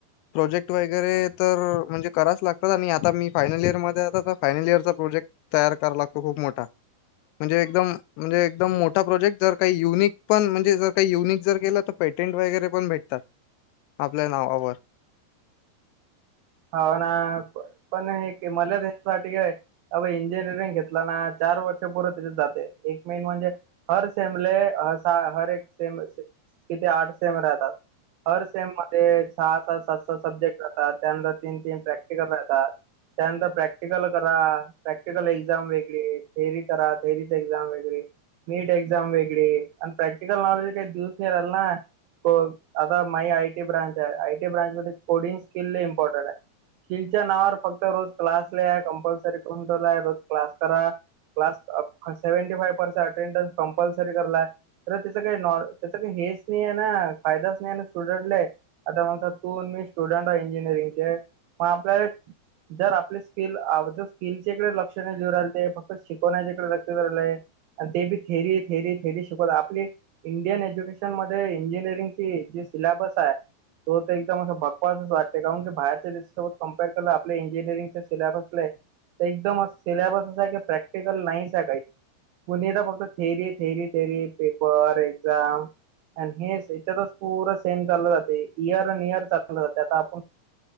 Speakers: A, on the left (about 85°); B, on the right (about 75°).
A: प्रोजेक्ट वगैरे तर म्हणजे करायच लागतात आणि आता मी फायनल इयरमध्येये आता तर फायनल इयरचा प्रोजेक्ट तयार करावा लागतो खूप मोठा. म्हणजे एकदम म्हणजे एकदम मोठा प्रोजेक्ट जर काही युनिक पण म्हणजे जर काही युनिक जर केलं तर पेटेंट वगैरे पण भेटतात आपल्या नावावर.
B: हो ना पण हे किम मला साठी हय. <unintelligible> अ इंजिनिअरिंग घेतला ना चार वर्षपुरे त्याच्यात जाते एक मेन म्हणजे हर सेमले हर <unintelligible> एक सेम किती आठ सेम राहतात. हर सेम मध्ये सहा सा सात सात सब्जेक्ट राहतात. त्यानंतर तीन तीन प्रॅक्टिकल राहतात त्यानंतर प्रॅक्टिकल क प्रॅक्टिकल एक्झाम वेगळी थेअरी करा थेअरीच एक्झाम वेगळी. मीट एक्झाम वेगळे आणि प्रॅक्टिकल नॉलेज काही दिवस नाही राहिलं ना. बघ आता माई आयटी ब्रांच आहे. आयटी ब्रांचमध्ये कोडिंग स्किल लय इम पॉर्टन्ट आहे. स्किलचा नावावर फक्त रोज क्लासला या कंपल्सरी. <unintelligible> रोज क्लास करा. क्लास फा seventy five percent attendance compulsory करलाय. तर त्याच काही नॉ त्याचा काही हेच नाही आहे ना, फायदाच नाही आहे ना स्टुडंटले. आता मग समज तू आणि मी स्टुडंट आहे इंजिनिअरिंगचे, मग आपल्याला जर आपले स्किल अ जर स्किलच्या इकडे लक्ष नाही देऊ राहिल ते फक्त शिकवण्याच्या इकडे लक्ष <unintelligible> आणि ते बी थेरी थेरी थेरी शिकवत आपली इंडियन एज्युकेशनमध्ये इंजिनिअरिंग ते जे सिलॅबस आहे, तो तर एकदम असं बकवासचं वाटते. का म्हणून बाहेरच्या देशासोबत कम्पेअर केलं आपल्या इंजिनिअरिंगच्या सिल्याबसले तर एकदम असं सिल्यबस असा आहे क प्रॅक्टिकल नाहीच आणि काही. कोणी येत फक्त theory theory theory paper exam. आणि हे याच्यातच पुर सेम चाललं जातंय इयर अन इयर चाललं जातंय. आता आपण